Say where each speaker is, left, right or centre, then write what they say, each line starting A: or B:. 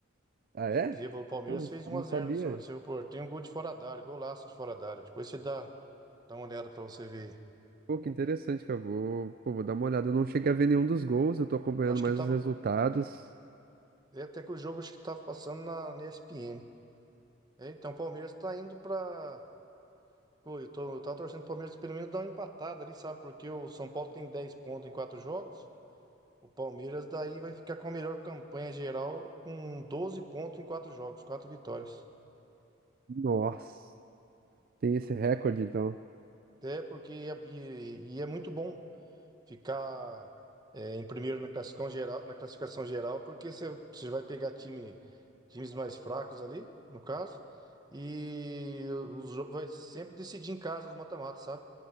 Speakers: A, on the right; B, on the right.
A: Ah,
B: Estevão
A: é?
B: do Palmeiras
A: Eu não,
B: fez um
A: não
B: a zero
A: sabia.
B: no São- seu Porto. Tem um gol de fora da área, golaço de fora da área. Depois você dá, dá uma olhada pra você ver aí.
A: Pô, que interessante, cara. Vou, pô, vou dar uma olhada. Eu não cheguei a ver nenhum dos gols, eu tô acompanhando
B: Acho
A: mais
B: que tava.
A: os resultados.
B: É até que o jogo acho que tava passando na, na ESPN. É, então o Palmeiras tá indo pra. Pô, eu tô, eu tava torcendo pro Palmeiras pelo menos dar uma empatada ali, sabe? Porque o São Paulo tem 10 pontos em 4 jogos. O Palmeiras daí vai ficar com a melhor campanha geral com 12 pontos em 4 jogos, 4 vitórias.
A: Nossa, tem esse recorde, então.
B: Até porque é- e, e é muito bom ficar é, em primeiro na classificação geral, na classificação geral, porque você, você vai pegar time, times mais fracos ali, no caso, e os jo- vai sempre decidir em casa os mata-matas, sabe?